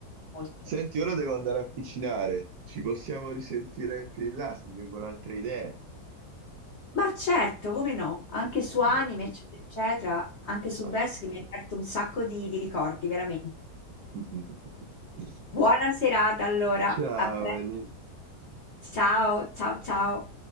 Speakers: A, on the left (about 55°); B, on the right (about 70°).
A: molto.
B: Senti, ora devo andare a cucinare. Ci possiamo risentire più in là se mi vengono altre idee.
A: Ma certo, come no, anche
B: Dai.
A: su anime, eccetera, eccetera, anche su
B: Ah.
A: Berserk mi ha aperto un sacco di, di ricordi, veramente.
B: <laughs>
A: Buona serata allora,
B: Ciao,
A: a pre-
B: Eli.
A: ciao, ciao, ciao.
B: Ciao.